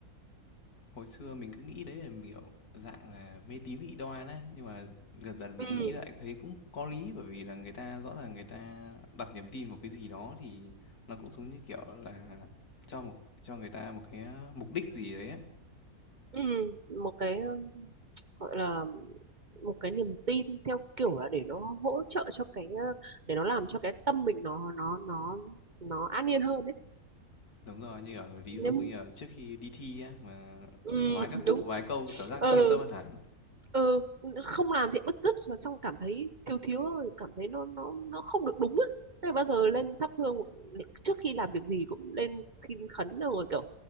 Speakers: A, on the left; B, on the right.
A: hồi xưa mình cứ nghĩ đấy là kiểu dạng là mê tín dị đoan á, nhưng mà dần dần mình
B: ừ,
A: nghĩ lại thấy cũng có lý bởi vì là người ta rõ ràng người ta đặt niềm tin vào cái gì đó thì nó cũng giống như kiểu là cho một cho người ta một cái mục đích gì đấy á.
B: ừ, một cái ờ, gọi là một cái niềm tin theo kiểu là để nó hỗ trợ cho cái ờ, để nó làm cho cái tâm mình nó nó nó nó an yên hơn đấy
A: Đúng rồi, như ở ví
B: nếu
A: dụ như ở trước khi đi thi á, mà
B: ừ,
A: vái các
B: <laughs>
A: cụ
B: đúng
A: vái câu cảm giác
B: ừ
A: yên tâm hơn hẳn.
B: ừ không làm thì bứt rứt mà xong cảm thấy thiếu thiếu rồi cảm thấy nó nó nó không được đúng á thế là bao giờ lên thắp hương một- trước khi làm việc gì cũng lên xin khấn rồi kiểu